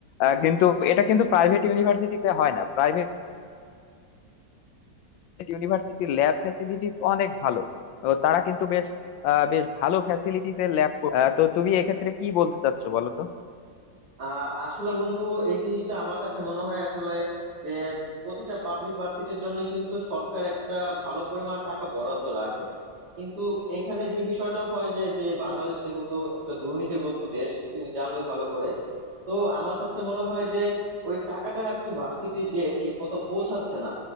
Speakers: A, on the left (about 85°); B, on the right (about 60°).
A: আহ কিন্তু এটা কিন্তু প্রাইভেট ইউনিভার্সিটিতে হয় না প্রাইভেট ইউনিভার্সিটির ল্যাব ফ্যাসিলিটিস অনেক ভালো তো তারা কিন্তু বেশ আহ বেশ ভালো ফ্যাসিলিটিস এর ল্যাব তো তুমি এক্ষেত্রে কি বলতে চাচ্ছো বলো তো
B: আহ আসলে বন্ধু এই জিনিসটা আমার কাছে মনে হয় আসলে যে প্রতিটা পাবলিক ভার্সিটির জন্য কিন্তু সরকার একটা ভালো পরিমাণ টাকা বরাদ্দ রাখে কিন্তু এখানে যে বিষয়টা হয় যে যে বাংলাদেশ যেহেতু একটা দুর্নীতিগ্রস্ত দেশ তুমি জানোই ভালো করে তো আমার কাছে মনে হয় যে ওই টাকাটা আর কি ভার্সিটি যে ঠিক মতো পৌঁছাচ্ছে না